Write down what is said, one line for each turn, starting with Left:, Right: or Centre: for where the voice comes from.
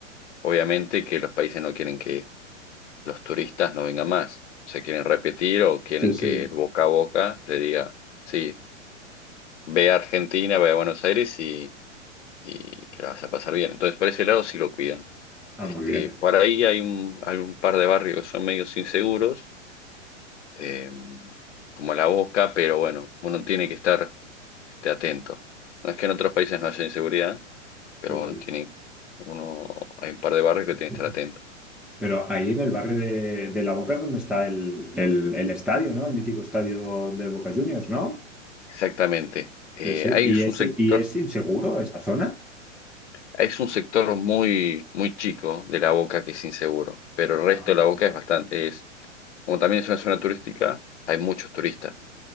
Left: obviamente que los países no quieren que los turistas no vengan más. Se quieren repetir o quieren
Centre: Sí, sí.
Left: que el boca a boca le diga, sí, ve a Argentina, ve a Buenos Aires y, y que la vas a pasar bien. Entonces, por ese lado sí lo cuidan.
Centre: Ah,
Left: Este,
Centre: muy bien.
Left: por ahí hay un, hay un par de barrios que son medios inseguros, eh, como La Boca, pero bueno, uno tiene que estar este, atento. No es que en otros países no haya inseguridad, pero
Centre: Sí,
Left: bueno, tiene, uno, hay un par de barrios que tiene
Centre: sí.
Left: que estar atento.
Centre: Pero ahí en el barrio de, de La Boca es donde está el, el- el estadio, ¿no? El mítico estadio de Boca Juniors, ¿no?
Left: Exactamente. Eh,
Centre: Sí, sí.
Left: hay
Centre: ¿Y
Left: un sector
Centre: es, y es inseguro esa zona?
Left: Es un sector muy, muy chico de la Boca que es inseguro, pero el resto
Centre: Ah,
Left: de la Boca es bastante, es, como también es una zona turística, hay muchos turistas,